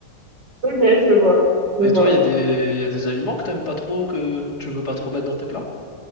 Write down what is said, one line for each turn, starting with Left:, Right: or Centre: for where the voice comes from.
Right: Ok, je vois, je
Left: Et
Right: vois.
Left: toi, il y a des, y a des aliments que t'aimes pas trop, que tu veux pas trop mettre dans tes plats?